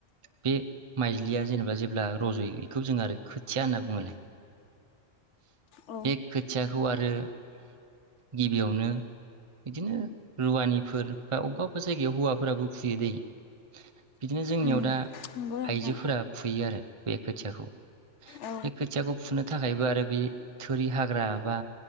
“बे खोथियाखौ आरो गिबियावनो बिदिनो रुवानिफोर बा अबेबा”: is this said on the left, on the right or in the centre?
Right